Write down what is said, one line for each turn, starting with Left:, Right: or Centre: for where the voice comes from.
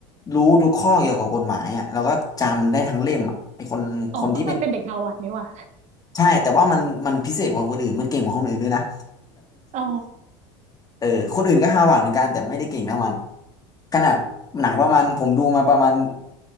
Left: รู้ทุกข้อเกี่ยวกับกฎหมายอ่ะแล้วก็จำได้ทั้งเล่มอ่ะไอ้คนคนที่เป็น
Right: อ๋อก็มันเป็นเด็กฮาวาดนี่ว่ะ
Left: ใช่แต่ว่ามันมันพิเศษกว่าคนอื่นมันเก่งกว่าคนอื่นด้วยนะ
Right: <laughs> อ๋อ
Left: เออคนอื่นก็ห้าวหวาดเหมือนกันแต่ไม่ได้เก่งเท่ามันขนาดหนังประมาณผมดูมาประมาณ